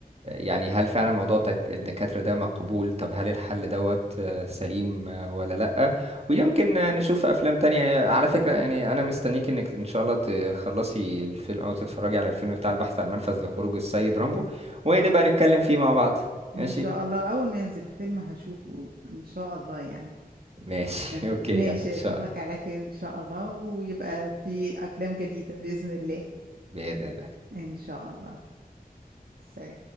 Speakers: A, on the right; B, on the right.
A: يعني هل فعلا موضوع التك- الدكاترة ده مقبول طب هل الحل دوت آه، سليم آه، ولا لأ ويمكن آه، نشوف افلام تانية على فكرة يعني انا مستنيك انك ان شاء الله تخلصي الفيلم او تتفرجي على الفيلم بتاع البحث عن منفذ لخروج السيد رامبو ونبقى نتكلم فيه مع بعض
B: ان
A: ماشي
B: شاء الله اول ما ينزل الفيلم هشوفه ان شاء الله يعني
A: ماشي
B: يعني
A: <laughs> اوكي
B: ماشي
A: يلا ان شاء
B: اشوفك
A: الله
B: على خير ان شاء الله ويبقى في افلام جديدة بإذن الله
A: بإذن الله
B: ان شاء الله سلام